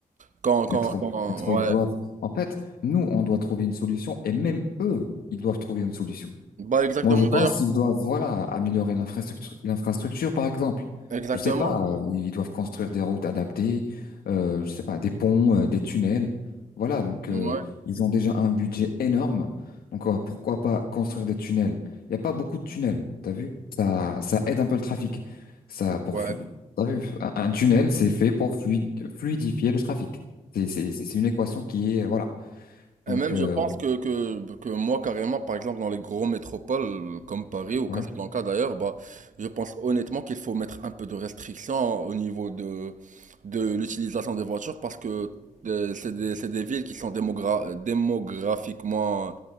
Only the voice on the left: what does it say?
c'est trop,
c'est trop,
ils doivent. En fait, nous, on doit trouver une solution et même eux, ils doivent trouver une solution.
Moi, je pense
qu'ils doivent, voilà, améliorer l'infrastructure, l'infrastructure, par exemple.
Je sais pas, euh, ils doivent construire des routes adaptées, euh, je sais pas, des ponts, euh, des tunnels. Voilà, donc
euh, ils ont déjà un budget énorme. Donc euh, pourquoi pas construire des tunnels? Il n'y a pas beaucoup de tunnels, t'as vu? Ça, ça aide un peu le trafic. Ça, pour,
flu- t'as vu? Un un tunnel, c'est fait pour flui- fluidifier le trafic. C'est, c'est, c'est c'est une équation qui est, voilà. Donc,
euh,
ouais,